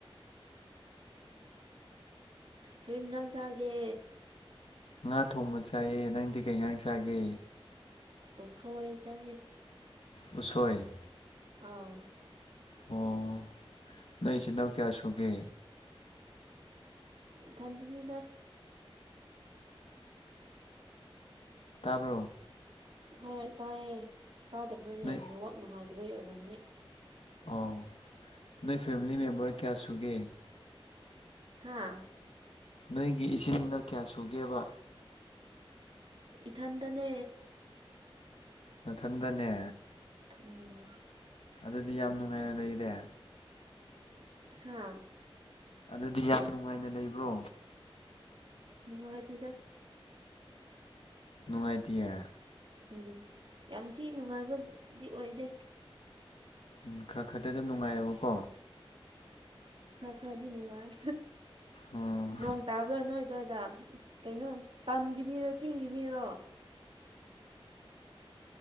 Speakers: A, on the right; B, on the left.
A: ꯀꯔ ꯏꯟꯖꯥꯡ ꯆꯥꯒꯦ
B: ꯉꯥ ꯊꯣꯡꯕ ꯆꯥꯏꯌꯦ ꯅꯪꯗꯤ ꯀꯩ ꯉꯥꯡ ꯆꯥꯒꯦ
A: ꯎ ꯁꯋꯥꯣꯏ ꯆꯥꯏ
B: ꯎꯆꯁꯣꯏ
A: ꯑꯥꯎ
B: ꯑꯣ ꯅꯣꯏꯆ ꯅꯪ ꯀꯌꯥ ꯁꯨꯒꯦ
A: ꯏ ꯊꯟꯗꯅꯤꯗ
B: ꯇꯥꯕ꯭ꯔꯣ
A: ꯍꯣꯏ ꯇꯥꯏꯌꯦ ꯇꯥꯗꯕ꯭ꯔꯅꯦ
B: ꯅꯣꯏ
A: ꯅꯦꯋꯥꯛ ꯅꯨꯡꯉꯥꯏꯇꯕꯒꯤ ꯑꯣꯏꯔꯝꯃꯅꯦ
B: ꯑꯥꯎ ꯅꯣꯏ ꯐꯦꯃꯤꯂꯤ ꯃꯦꯝꯕꯔ ꯀꯌꯥ ꯁꯨꯒꯦ
A: ꯍꯥꯥ
B: ꯅꯣꯏꯒꯤ ꯏꯆꯤꯟꯜꯅꯥꯎ ꯀꯌꯥ ꯁꯨꯒꯦꯕ
A: ꯏꯊꯟꯗꯅꯦ
B: ꯃꯊꯟꯗꯅꯦ
A: ꯎꯝ
B: ꯑꯗꯨꯗꯤ ꯌꯥꯝ ꯅꯨꯡꯉꯥꯏꯅ ꯂꯩꯔꯦ
A: ꯑꯥ
B: ꯑꯗꯨꯗꯤ ꯌꯥꯝ ꯅꯨꯡꯉꯥꯏꯅ ꯂꯩꯕ꯭ꯔꯣ
A: ꯃꯥꯅꯨꯡꯉꯥꯏꯇꯗ
B: ꯅꯨꯡꯉꯥꯏꯇꯌꯥ
A: ꯎꯝ ꯌꯥꯝ ꯊꯤ ꯅꯨꯡꯉꯥꯏꯕꯗꯤ ꯑꯣꯏꯗꯦ
B: ꯎꯝ ꯈꯔ ꯈꯔꯗꯤ ꯑꯗꯨꯝ ꯅꯨꯡꯉꯥꯏꯌꯦꯕꯀꯣ
A: ꯈꯔ ꯈꯔꯗꯤ ꯅꯨꯡꯉꯥꯏ
B: ꯑꯣ
A: ꯅꯣꯡ ꯇꯥꯕ꯭ꯔꯥ ꯅꯣꯏ ꯑꯗꯨꯋꯥꯏꯗ ꯀꯩꯅꯣ ꯇꯝꯒꯤ ꯃꯤꯔꯣ ꯆꯤꯡꯒꯤ ꯃꯤꯔꯣ